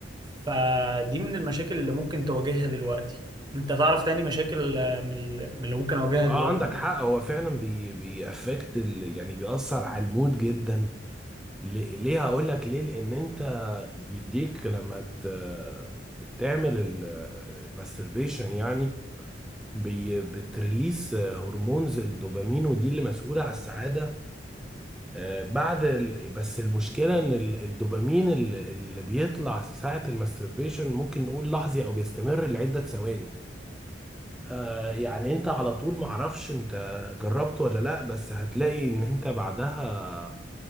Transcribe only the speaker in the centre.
اه
عندك حق هو فعلا بي بيأفكت ال... يعني بيأثر على المود جدا ل- ليه هقول لك ليه لان انت بيديك لما ت... تعمل ال- الماستربيشن يعني بي... بتريليس هرمونز الدوبامين ودي اللي مسؤولة على السعادة آه، بعد ال... بس المشكلة ان ال- الدوبامين اللي اللي بيطلع ساعة الماستربيشن ممكن نقول لحظي او بيستمر لعدة ثواني آه يعني انت على طول معرفش انت جربت ولا لا بس هتلاقي ان انت بعدها